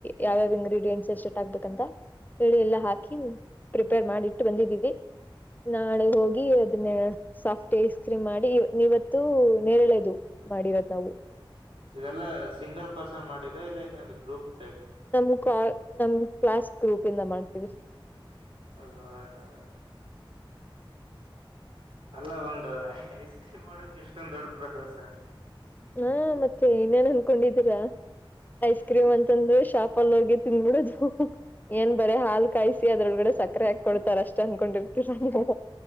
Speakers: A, on the left; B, on the right.
A: ಯಾವ್ಯಾವ ಇಂಗ್ರೀಡಿಯೆಂಟ್ಸ್ ಎ ಸೆಟ್ ಆಗ್ಬೇಕಂತ ಎಳಿ ಎಲ್ಲಾ ಹಾಕಿ ಪ್ರಿಪೇರ್ ಮಾಡಿಟ್ಟು ಬಂದಿದ್ದೀವಿ ನಾಳೆ ಹೋಗಿ ಅದನ್ನ ಸಾಫ್ಟ್ ಏಸ್ ಕ್ರೀಮ್ ಮಾಡಿ ನೀವತ್ತು ನೇರಳೆದು ಮಾಡಿರೋದ್ ನಾವು
B: ಇದೆಲ್ಲ ಸಿಂಗಲ್ ಪರ್ಸನ್ ಮಾಡಿದ್ದ ಇಲ್ಲ ಇನ್ನ ಗ್ರೂಪ್ ಟೈಪ್
A: ನಮ ಕ ನಮ್ ಕ್ಲಾಸ್ ಗ್ರೂಪ್ ಇಂದ ಮಾಡ್ತೀವಿ
B: ಹಓಹ ಅದಾ ಅಲ್ಲ ಒಂದು ಐಸ್ ಕ್ರೀಮ್ ಮಾಡಕ್ ಎಷ್ಟೊಂದ್ ದೊಡ್ ಪ್ರವಾಸ
A: ಹಾ ಮತ್ತೆ ಇನ್ನೇನ್ ಅನ್ಕೊಂಡಿದ್ದೀರಾ ಐಸ್ ಕ್ರೀಮ್ ಅಂತಂದ್ರ ಶಾಪಲ್ಲಿ ಹೋಗಿ ತಿನ್ಬಿಡದು ಏನ್ ಬರ ಹಾಲು ಕಾಯಿಸಿ ಅದ್ರೊಳಗಡೆ ಸಕ್ಕರೆ ಆಾಕ್ತ ಕೊಡ್ತಾರ ಅಷ್ಟ ಅನ್ಕೊಂಡಿರ್ತರ